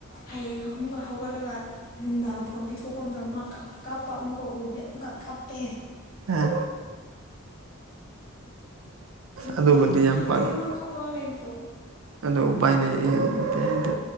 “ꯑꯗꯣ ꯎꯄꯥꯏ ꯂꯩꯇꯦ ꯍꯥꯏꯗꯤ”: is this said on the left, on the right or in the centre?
Right